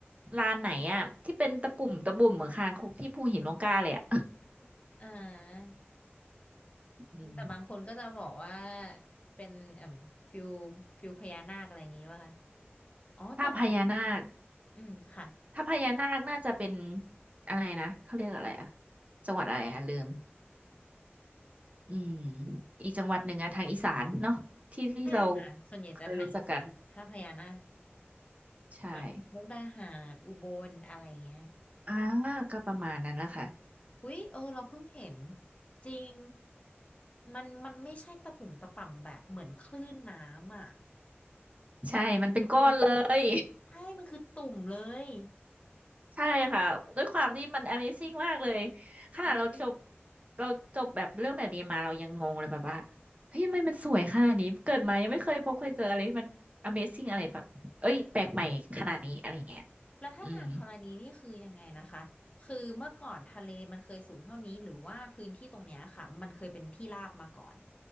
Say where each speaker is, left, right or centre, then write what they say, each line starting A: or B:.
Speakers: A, on the right; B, on the left.
A: ลานไหนอ่ะที่เป็นตะปุ่มตะบุ่มเหมือนคางคกที่ภูหินร่องกล้าเลยอ่ะ
B: อ่า
A: <laughs> อืม
B: แต่บางคนก็จะบอกว่าเป็นเอ่มฟิลฟิลพญานาคอะไรอย่างงี้ป่ะคะอ๋อแต่มัน
A: ถ้าพญานาค
B: อืมค่ะ
A: ถ้าพญานาคน่าจะเป็นอะไรนะเขาเรียกอะไรอ่ะจังหวัดอะไรอ่ะลืมอืมอีกจังหวัดหนึ่งอะทางอีสานเนาะที่ที่เรา
B: ใช่ค่ะส่วนใหญ่จะทางอีสานถ้าพญานาค
A: เคยรู้จักกันใช่
B: แบบมุกดาหารอุบลอะไรเงี้ย
A: อ่าก็ประมาณนั้นแหละค่ะ
B: อุ๊ยเออเราเพิ่งเห็นจริงมันมันไม่ใช่ตะปุ่มตะป่ำแบบเหมือนคลื่นน้ำอ่ะ
A: ใช่
B: มัน
A: มันเป็นก้อนเลย
B: ตุ่มใช่มันคือตุ่มเลย
A: <laughs> ใช่ค่ะด้วยความที่มัน Amazing มากเลยขนาดเราจบ
B: อุ้ย
A: เราจบแบบเรื่องแบบนี้มาเรายังงงเลยแบบว่าเฮ้ยทำไมมันสวยขนาดนี้เกิดมายังไม่เคยพบเคยเจออะไรที่มัน Amazing อะไรแบบเอ้ยแปลกใหม่ขนาดนี้อะไรเงี้ย
B: แล้วถ้าทางธรณีนี่คือยังไงนะคะคือเมื่อก่อนทะเลมันเคยสูงเท่านี้หรือว่าพื้นที่ตรงเนี้ยค่ะมันเคยเป็นที่ราบมาก่อน
A: อืม